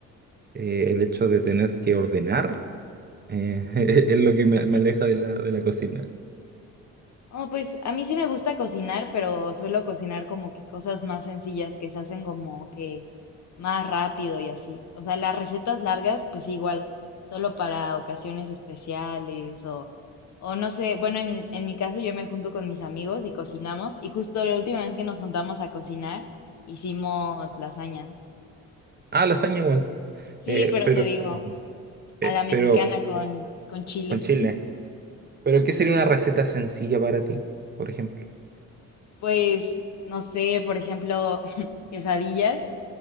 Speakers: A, on the right (about 35°); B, on the left (about 65°).
A: eh, el hecho de tener que ordenar eh, <laughs> es lo que me,
B: Sí.
A: me aleja de la, de la cocina.
B: Oh, pues a mí sí me gusta cocinar, pero suelo cocinar como que cosas más sencillas que se hacen como que más rápido y así. O sea, las recetas largas, pues sí, igual, solo para ocasiones especiales o, o no sé, bueno, en, en mi caso yo me junto con mis amigos y cocinamos y justo la última vez que nos juntamos a cocinar hicimos lasaña.
A: Ah, lasaña igual.
B: Sí,
A: Eh,
B: pero
A: pero,
B: te digo,
A: eh,
B: a la mexicana
A: pero
B: con, con chile.
A: con chile. ¿Pero qué sería una receta sencilla para ti, por ejemplo?
B: Pues, no sé, por ejemplo, <laughs> quesadillas